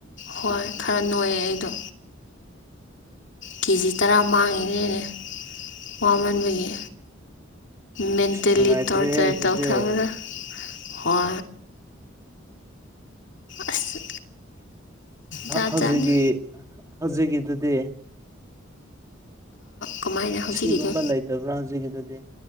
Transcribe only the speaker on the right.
ꯅꯨꯡꯉꯥꯏꯇ꯭ꯔꯦꯍꯦ
ꯑꯗꯨꯗꯤ
ꯍꯧꯖꯤꯛꯀꯤ
ꯍꯧꯖꯤꯛꯀꯤꯗꯨꯗꯤ
ꯑꯁꯤꯒꯨꯝꯕ ꯂꯩꯇꯕ꯭ꯔꯥ ꯍꯧꯖꯤꯛꯀꯤꯗꯨꯗꯤ